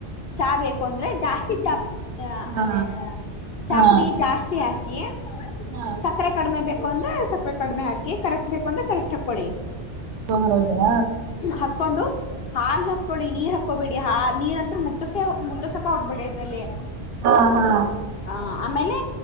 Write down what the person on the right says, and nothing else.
ಹಾ
ಹಾ
ಹಾ
ಹಓ ಹೌದಾ
ಹಾ ಹಾ